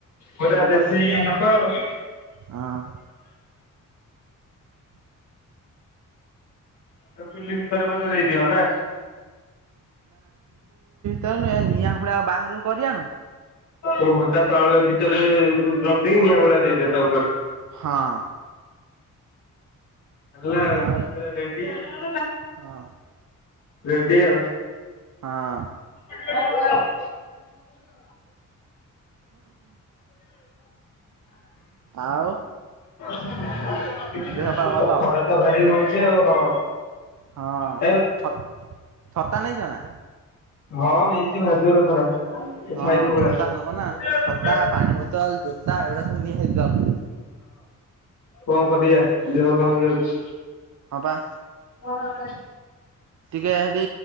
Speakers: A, on the left; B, on the right.
A: ପୁରା
B: ଗୋବର
A: ଦେଶୀ
B: ଘଷି
A: ନୋକ ଆଉ।
B: ହଁ
A: ତାକୁ ଚୁଲି ଭିତରେ ବୋଧେ ଦେଇଦିଅ ନା।
B: ତାକୁ ନାଇ ନିଆଁ ହୁଳାକୁ ବାହାରକୁ କରି ଆଣୁ
A: ଓହୋ ତା ତଳେ ଭିତରେ ଦେଇ ନିିଆ ହୁଳା ଦେଇ ଦିଅ ତା ଉପରେ
B: ହଁ
A: ହେଲା ଆଉ
B: ନିଆଁ
A: ପୁରା ରେଡି ଆଉ
B: ହଁ
A: ରେଡ୍ ଡି ଆଉ <inaudible>
B: ହଁ
A: <inaudible> <inaudible> ହଁ।
B: ଆଉ
A: <inaudible> <unintelligible>
B: ଦେହ ପା ଭଲ
A: ା ଭାରି ହଉଛି ଆଉ <inaudible> ହଁ।
B: ହଁ
A: ଏ
B: <inaudible> ତାନେ ଜନା
A: ହଁ ନେଇଛି ଭାଜୁର ଖରା
B: ହଁ
A: ଛାଇକୁ ପଳେଇ
B: ଛତା ନବ ନା
A: ଆସ
B: ଛତା ପାଣି ବୋତଲ ଜୋତା ଏଗୁଡା ସବୁ ନିହାତି ଜରୁରୀ
A: ହଁ କଣ କରିବାଆ ଦେହ କଣ ହେଇଯାଉଛି,
B: ହଁ ବା
A: କଣ କ <inaudible>
B: ଟିକେ ହେଠ